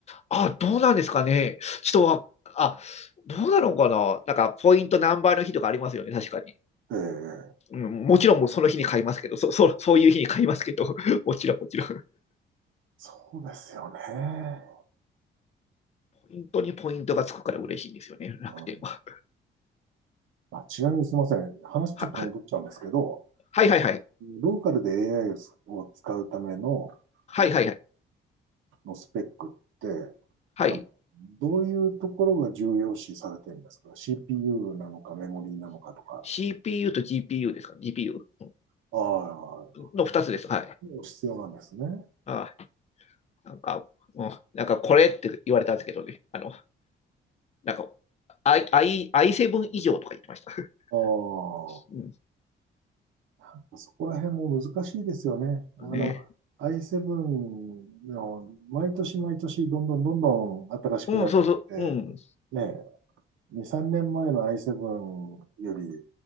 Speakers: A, on the left; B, on the right.
A: あどうなんですかね。人は、あ、どうなのかな。なんか、ポイント何倍の日とかありますよね、確かに。
B: ええ、
A: うん、もちろんもうその日に買いますけど、そ <laughs> そそういう日に買いますけど、<laughs> もちろんもちろん。
B: そうですよね。
A: 本当にポイントがつくから嬉しいんですよね、楽天は。
B: うんあ、ちなみにすみません。話ちょっと戻っちゃうんですけど、
A: は、<laughs> はいはいはい。
B: ローカルで AI を使うための、
A: はいはいはい。
B: その、のスペックって、
A: はい。
B: あのどういうところが重要視されてるんですか ?CPU なのかメモリーなのかとか。
A: CPU と GPU ですか ?GPU
B: ああ、
A: の2つです。はい。
B: 必要なんですね。
A: あー、なんか、うん、なんかこれって言われたんですけどね。あの、なんか、I、I、i7 以上とか言ってました。<laughs>
B: あ
A: う
B: あ、そこら辺も難しいですよね。あの、
A: ん。ね。
B: i7 の毎年毎年どんどんどんどん新しくなってって、
A: うん、そうそう。うん。
B: ね、2、3年前の i7 より、